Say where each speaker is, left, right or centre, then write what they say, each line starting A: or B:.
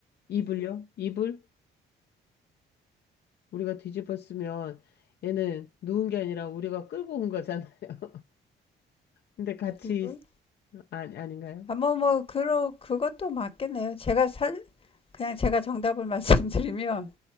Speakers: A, on the left; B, on the left.
A: 이불요? 이불? 우리가 뒤집어 쓰면 얘는 누운 게 아니라 우리가 끌고 온 거잖아요. <laughs> 근데 같이
B: 이불?
A: 있- 아, 아닌가요?
B: 아, 뭐, 뭐, 그러, 그것도 맞겠네요. 제가 살, 그냥 제가 정답을 <laughs> 말씀드리면